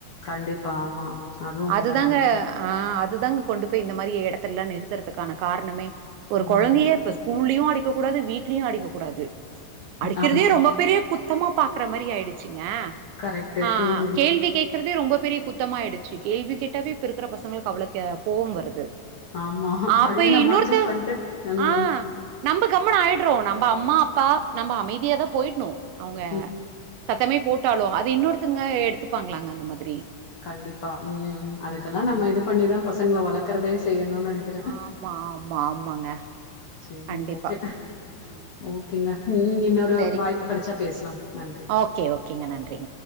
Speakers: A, on the left; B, on the right.
A: கண்டிப்பா ஆமா அதுவும் உண்மதா
B: அதுதாங்க ஆ அது தாங்க கொண்டு போய் இந்த மாதிரி இடத்துலலா நிறுத்துறதுக்கான காரணமே ஒரு
A: ம்.
B: குழந்தைய இப்ப ஸ்கூல்லயு அடி கூடாது வீடலயு அடிக்க கூடாது அடிக்கிறதே
A: ஆமா
B: ரொம்ப பெரிய குத்தமா பாக் கற மாரி ஆயிடுச்சு ங்க
A: கரெக்ட்டு.
B: ஆ
A: ம்.
B: கேள்வி கேக்கறதே ரொம்ப பெரிய குத் தமாயிடுச்சு கேள்வி கேட்டாவே இப்ப இருக்கிற பச ங்களுக்கு அவள கே கோவம் வருது
A: ஆமா.
B: அப்ப
A: அதையும் நம்ம
B: இன்னொருத்தே
A: அட்ஜஸ்ட் பண்ட்டு ம்,
B: ஆ கம்முன் ஆயடுறோ நம்ம அம்மா அப்பா நம்ம அமைதியாதா போயிடணு அவங்க
A: ம்.
B: சத்தமே போட்டாலு அத இன்னொருத்தங்க எடுத்துப்பாங்ளாங்க அந்த மாதிரி
A: கண்டிப்பா ம் அதுக்கெல்லா
B: ஆ
A: நம்ம இது பண்ணிதா பச ங்கள வளக்கறதே செய்ய னுன் நெனைக்கற
B: ஆமா ஆமா ஆமாங்க
A: செரி
B: கண்டிப்பா
A: ஓகே
B: ஆ
A: ஓகேங்க ம் இன்னொரு
B: சரிங்க
A: வாய்ப்பு கெடைச்சா பேசலாம் நன்றி
B: ஓகே ஓகேங்க நன்றிங்க